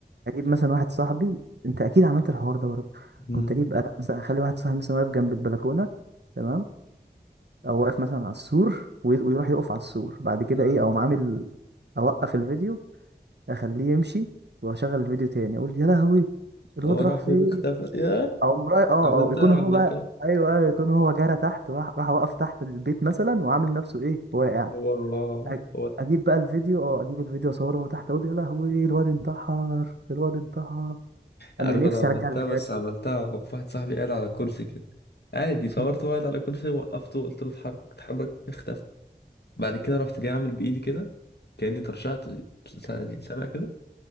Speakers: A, on the right; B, on the left.
A: اجيب مثلا واحد صاحبي انت اكيد عملت الحوار ده برضه
B: امم
A: كنت اجيب انا مثلا اخلي واحد صاحبي مثلا واقف جنب البلكونه تمام او واقف مثلا على السور وي- ويروح يقف على السور بعد كده
B: اه
A: ايه او عامل اوقف الفيديو اخليه يمشي واشغل الفيديو تاني اقول يا لهوي الواد
B: هو راح
A: راح
B: فين
A: فين
B: اختفى يا
A: او مراي اه
B: عملتها
A: او يكون هو
B: عملتها
A: بقى ايوه ايوه يكون هو جرى تحت راح راح وقف تحت البيت مثلا وعامل نفسه ايه واقع
B: هو هو
A: أ-
B: هو ده
A: اجيب بقى الفيديو اه اجيب الفيديو اصوره من تحت اقول يا لهوي الواد انتحر الواد انتحر
B: عارف
A: انا نفسي
B: انا عملتها
A: ارجع الفيديوهات
B: بس
A: دي
B: عملتها وفي واحد صاحبي قاعد على كرسي كده عادي
A: <laughs>
B: صورته
A: م.
B: قاعد على كرسي وقفته قلت له اتحرك اتحرك اختفى بعد كده رحت جاي عامل بايدي كده كاني ترشحت س- يعني سامع كده